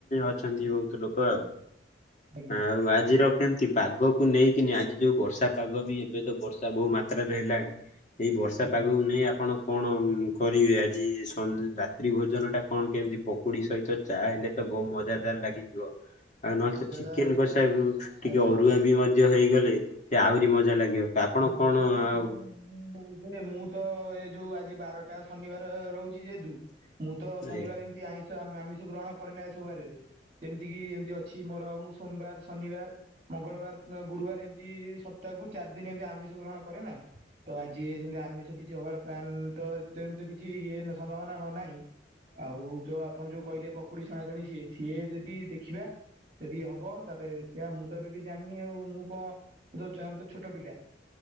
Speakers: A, on the left (about 45°); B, on the right (about 35°).
A: ଅଛନ୍ତି ବହୁତ ଲୋକ ଆଉ।
B: ଆଜ୍ଞା
A: ଆଉ
B: ଆଜ୍ଞା
A: ଆଜିର କେମତି ପାଗ କୁ ନେଇକିନି ଆଜି ଯୋଉ ବର୍ଷା ପାଗ ବି ଏବେ ତ ବର୍ଷା ବହୁ ମାତ୍ରାରେ ହେଲାଣି ଏଇ ବର୍ଷା
B: ଆଜ୍ଞା
A: ପାଗ ନେଇ ଆପଣ କଣ କରିବେ ଆଜି ସ ରାତ୍ରି ଭୋଜନ ଟା କଣ କେମିତି ପ କୁଡି ସହିତ ଚା ହେଲେ ତ ବହୁତ ମଜାଦାର ଲାଗିଥିବ। ଆଉ ନହେଲେ
B: ମଜାଦାର
A: ତ ଚିକେନ କଷା ଟିକେ
B: ଆଜ୍ଞା
A: ଅରୁଆ ବି ମଧ୍ୟ ହେଇଗଲେ ସେ ଆହୁରି ମଜା ଲାଗିବ। ଆପଣ
B: ସେ କଥା
A: କଣ
B: ଯେ
A: ଆଉ
B: ହେଲେ ମୁଁ ମୁଁ ତ ଏ ଯୋଉ ଆଜି ବାରଟା ଶନିବାର ରହୁଚି ଯେହେତୁ ମୁଁ ତ ଶନିବାର
A: ଏ
B: ଏମିତି ଆଇଷ ଆମିଷ ଗ୍ରହଣ କରେନା ଏ ସବୁ ବାରରେ ଯେମିତି କିି ଏମତି ଅଛି ମୋର ମୁଁ ସୋମବାର ଶନିବାର ମଙ୍ଗଳବାର ଗୁରୁବାର ଏମିତି ସପ୍ତାହକୁ ଚାରି ଦିନ ଏମତି ଆମିଷ ଗ୍ରହଣ କରେ ନା। ତ ଆଜି ସେମତି ଆମିଷ କିଛି ହବାର ପ୍ଲାନ୍ ତ ଯେମ କିଛି ଇଏ ସମ୍ଭାବନା ହଉ ନାହିଁ। ଆଉ ଯୋଉ ଆପଣ ଯୋଉ କହିଲେ ପକୁଡି ଛଣା ଜଣି ସିଏ ସିଏ ଯଦି ଦେଖିବା। ଯଦି ହବ ତାହେଲେ ଦେଖିବା ମୁଁ ତ ଏବେ କି ଜାଣିନି ଆଉ ମୁଁ କଣ ତ ଛୋଟ ପିଲା।